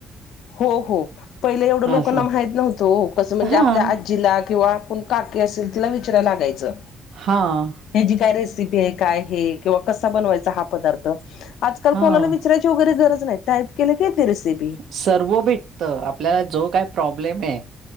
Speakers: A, on the left; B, on the right.
A: हो. हो. पहिले एवढं
B: असं.
A: लोकांना माहीत नव्हतं हो. कसं म्हणजे
B: हां,
A: आपल्या आजीला किंवा- कोण काकी असेल तिला विचारय लागायचं.
B: हां!
A: ह्या जी काय रेसिपी आहे काय हे किंवा कसा बनवायचा हा पदार्थ आजकाल
B: हां.
A: कोणाला विचरायच? विचारायची वगैरे गरज नाही टायप केलं की येती रेसिपी.
B: सर्व भेटत आपल्याला जो काय प्रॉब्लेम आहे